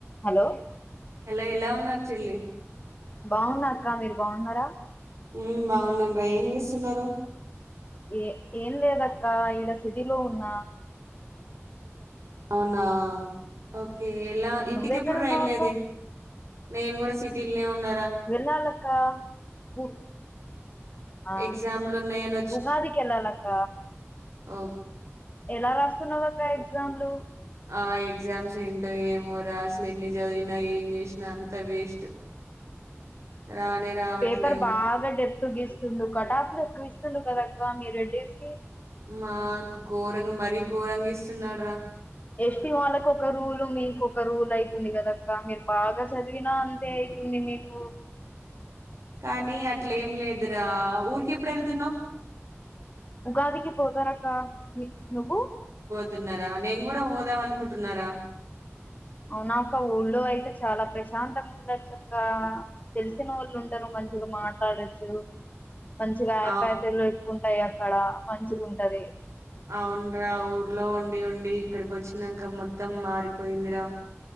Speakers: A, on the left; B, on the right.
A: Hello
B: hello ఎలా ఉన్నారు చెల్లి
A: బాగున్నా అక్క మీరు బాగున్నారా
B: హమ్ బాగున్నాండరా ఏం చేస్తున్నారు
A: ఏ ఏం లేదక్కా ఈడ సిటీలో ఉన్నా
B: అవునాఓకే ఏలా ఇంటికి
A: నువ్వెక్కడున్నావ్
B: ఎప్పుడు రా వెళ్ళేది
A: అక్క
B: నేను కూడా సిటీల్నే ఉండ
A: వెళ్ళాలక్క ఉగ్ ఆ
B: ఎగ్జామ్లు ఉన్నాయని
A: ఉగాదికి ఎల్లాల అక్క
B: ఓ
A: ఎలా రాస్తున్నావ్ అక్క ఎక్స్ ఎగ్జామ్లు
B: ఆ ఎగ్జామ్స్ ఏంటో ఏమో రా అసలు ఎన్ని చదివినా ఏం చేసినా అంత వేస్ట్ రానే రావట్
A: పేపర్
B: లేవు
A: బాగా డెప్ గీస్తుండు కటాఫ్లు ఎక్కువ ఇస్తుండు కదా మీ రెడ్డీస్ కి
B: మా గోరంగా మరీ ఘోరంగా ఇస్తున్నాడు రా
A: ఎస్టి వాళ్ళకు ఒక రూల్ మీకు ఒక రూల్ అయితుంది కదక్కా మీరు బాగా చదివినా అంతే ఉంది మీకు
B: కానీ అట్లే ఏం లేదురా ఊరికి ఎప్పుడు వెళ్తున్నావు
A: ఉగాదికి పోతానక్క మీ నువ్వు
B: తున్నారా నేను కూడా పోదాం అనుకుంటున్నారా
A: అవునాక్క ఊళ్ళో అయితే చాలా ప్రశాంతంగా ఉండొచ్చు అక్క తెలిసిన వాళ్ళు ఉంటారు మంచిగా మాట్లాడొచ్చు మంచిగా ఆప్యాయతలు
B: ఆ
A: ఉంటాయి అక్కడ మంచిగా ఉంటది
B: అవున్రా ఊర్లో ఉండి ఉండి ఇక్కడికి వచ్చినంక మొత్తం మారిపోయిందిరా